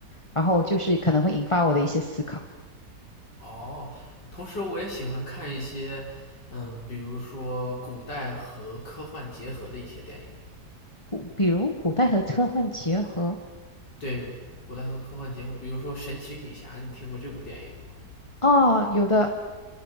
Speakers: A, on the left; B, on the left.
A: 然后就是可能会引发我的一些思考，
B: 哦，同时我也喜欢看一些，嗯，比如说古代和科幻结合的一些电影。
A: 古，比如古代和科幻结合
B: 对，古代和科幻结合，比如说《神奇女侠》，你听过这部电影吗？
A: 啊，有的，